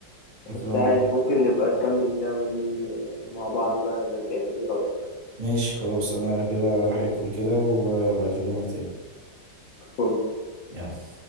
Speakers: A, on the right; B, on the left.
A: أكرم
B: بس عايش ممكن نبقى نكمل اللعبة دي آه، مع بعض بقى لما نتقابل ايه رأيك؟
A: ماشي خلاص أنا كده راح أكل كده وأبقى أكلمك تاني
B: قول.
A: يلا